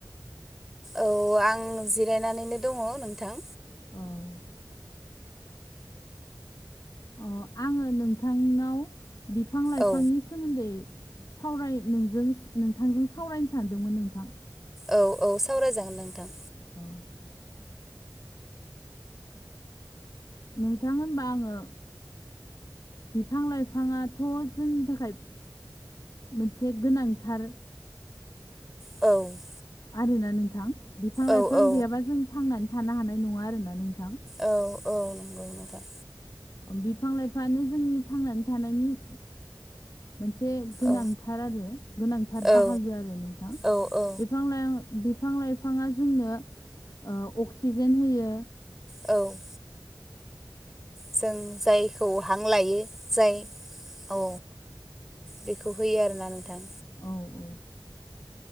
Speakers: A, in the centre; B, on the left.
A: औ आं जिरायनानैनो दङ नोंथां
B: औ अ आङो नोंथांनाव बिफां लाइफांनि
A: औ
B: सोमोन्दै सावराय नोजों नोंथांजों सावरायनो सानदोंमोन नोंथां।
A: औ औ सावरायजागोन नोंथां।
B: <unintelligible> नोंथां होनबा आङो। बिफां लाइफाङाथ' जोंनि थाखाय मोनसे गोनांथार
A: औ
B: आरोना नोंथां बिफां लाइफां
A: औ औ
B: गैयाबा जों थांनानै थानो हानाय नङा आरोना नोंथां
A: औ औ नंगौ नोंथां
B: बिफां लाइफाङानो जोंनि थांनानै थानायनि मोनसे गोनांथार
A: औ
B: आरो गोनांथार बाहागो
A: औ
B: आरो नोंथां बे
A: औ औ
B: बिफां लाइ बिफां लाइफाङा जोंनो अक्सिजेन होयो
A: औ जों जायखौ हां लायो जाय औ बेखौ होयो आरोना नोंथां
B: औ औ